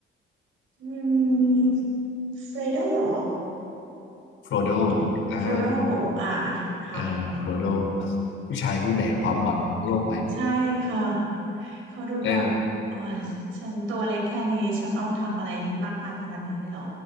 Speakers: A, on the right (about 90°); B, on the left (about 80°).
A: อืมเฟรโดเหรอ
B: โฟโดอ่า
A: โฟรโดอ่าค่ะ
B: เออโฟโดผู้ชายผู้แบกความหวังของโลกไว้
A: ใช่ค่ะเขาดูแบบอ๋อ
B: <laughs> เออ
A: ฉันตัวเล็กแค่นี้ฉันต้องทำอะไรมากมายขนาดนี้เลยเหรอ